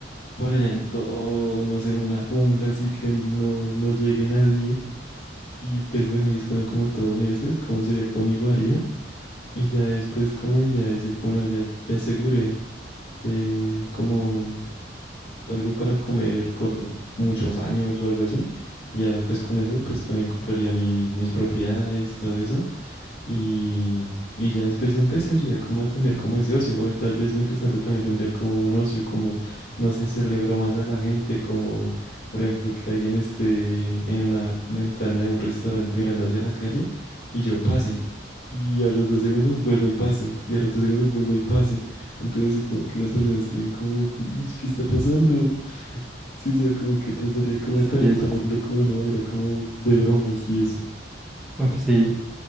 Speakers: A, on the left (about 60°); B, in the centre.
A: por allá en todo, no sé, en una jungla, así que no, no llegue nadie. Y pues bueno, ahí es cuando como todo mi este, es como sería como mi guarida. Y ya después como de ya decir, como, bueno, ya, ya aseguré eh, como algo para comer por muchos años o algo así. Ya pues con eso pues también compraría mis, mis propiedades, todo eso. Y, y ya después empezaría como a tener como ese ocio. O tal vez mientras tanto también tendría como un ocio, como no sé, hacerle bromas a la gente, como por ejemplo que alguien esté en una ventana de un restaurante mirando hacia la calle y yo pase. Y a los dos segundos vuelva y pase. Y a los tres segundos vuelva y pase. Entonces, así como que las personas queden como, "Uy, ¿qué está pasando? Sí, o sea, como que trataría como
B: Ese
A: de también
B: sería
A: tomármelo
B: chis-
A: como de una manera como de bromas y eso.
B: Uf, sí,